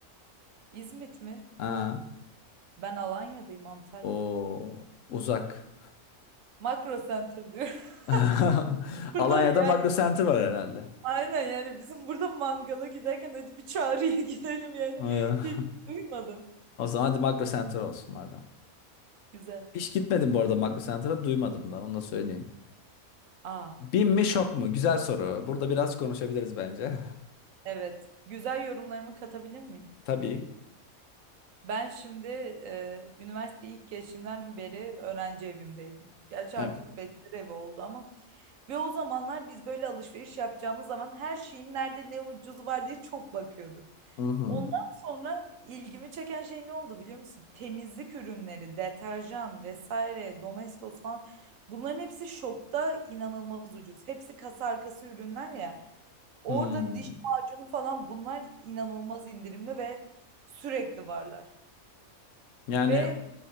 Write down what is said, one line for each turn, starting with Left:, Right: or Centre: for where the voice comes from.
Right: İzmit mi?
Left: Aa,
Right: Ben Alanya'dayım Antalya.
Left: o uzak.
Right: Makro Center diyor. <laughs>
Left: <laughs>
Right: Burada
Left: Alanya'da
Right: yani
Left: Makro Center var herhalde.
Right: aynen yani bizim burada mangala giderken hadi bir Çağrı'ya <laughs> gidelim yani.
Left: Ee, <laughs>
Right: Hiç duymadım.
Left: O zaman hadi Makro Center olsun madem.
Right: Güzel.
Left: Hiç gitmedim bu arada Makro Center'a duymadım da onu da söyleyeyim.
Right: Aa
Left: Bin mi şok mu? Güzel soru. Burada biraz konuşabiliriz bence.
Right: evet. Güzel yorumlarımı katabilir miyim?
Left: <laughs> Tabii.
Right: Ben şimdi e, üniversite ilk geçimden beri öğrenci evimdeydim. Gerçi
Left: Evet.
Right: artık bekar evi oldu ama. Ve o zamanlar biz böyle alışveriş yapacağımız zaman her şeyin nerede ne ucuz var diye çok bakıyorduk.
Left: Hı hı.
Right: Ondan sonra ilgimi çeken şey ne oldu biliyor musun? Temizlik ürünleri, deterjan vesaire, Domestos falan bunların hepsi şokta inanılmaz ucuz. Hepsi kasa arkası ürünler ya. Orada
Left: Hmm.
Right: diş macunu falan bunlar inanılmaz indirimli ve sürekli varlar.
Left: Yani
Right: Ve